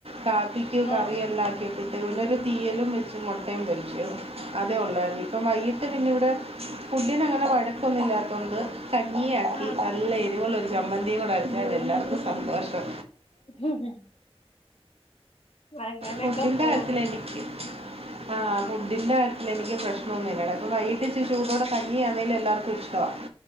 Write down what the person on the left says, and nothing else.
ആഹ്
ആഹ്
ഹം ഹം അങ്ങനൊക്കെ
പോണു